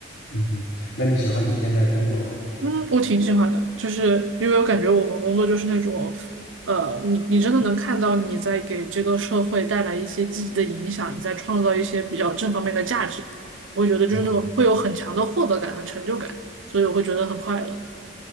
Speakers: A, on the left; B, on the right.
A: 嗯哼，那你喜欢你现在的工作吗？
B: 嗯，我挺喜欢的，就是因为我感觉我们工作就是那种，呃，你你真的能看到你在给这个社会带来一些积极的影响，你在创造一些比较正方面的价值吧，我会觉得就是那种会有很强的获得感和成就感，
A: 嗯
B: 所以我会觉得很快乐。